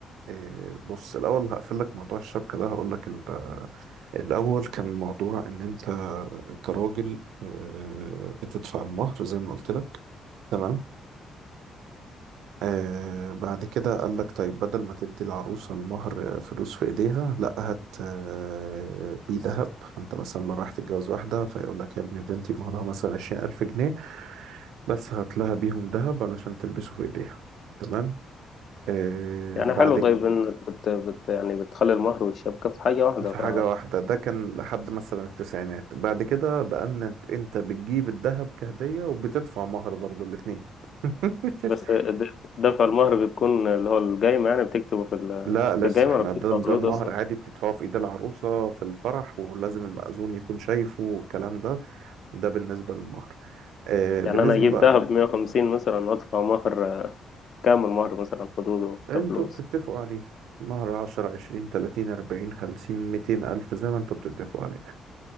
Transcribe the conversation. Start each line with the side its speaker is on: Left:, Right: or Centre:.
Right: إيه، بص الأول هقفل لك موضوع الشبكة ده هقول لك ال- الأول كان موضوع إن أنت كراجل آه، بتدفع المهر زي ما قلت لك تمام آه بعد كده قال لك طيب بدل ما تدي العروسة المهر آه، فلوس في إيديها لا هات آه، بيه ذهب فأنت مثلا لو رايح تتجوز واحدة فيقول لك يا ابني بنتي مهرها مثلا عشرين ألف جنيه بس هات لها بيهم ذهب علشان تلبسه في إيديها تمام آه
Left: يعني
Right: بعد
Left: اه حلو طيب انك بت بت يعني بتخلي المهر والشبكة في حاجة واحدة
Right: في
Left: ف
Right: حاجة واحدة ده كان لحد مثلا التسعينات بعد كده بقى ان انت انت بتجيب الذهب كهدية وبتدفع مهر برضو الاتنين <laughs>
Left: بس د- دفع المهر بيكون اللي هو القايمة يعني بتكتبه في ال
Right: لا لسه
Left: في القايمة
Right: احنا
Left: ولا بتدفع
Right: ده ده
Left: فلوس
Right: المهر
Left: أصلا
Right: عادي بتدفعه في ايد العروسة في الفرح ولازم المأذون يكون شايفه والكلام ده ده بالنسبة للمهر آه بالنسبة
Left: يعني أنا أجيب
Right: بقى
Left: دهب 150 مثلا وأدفع مهر كامل مهر مثلا حدوده
Right: انتوا
Left: كفلوس
Right: بتتفقوا عليه مهر عشرة عشرين تلاتين أربعين خمسين ميتين ألف زي ما انتوا بتتفقوا عليه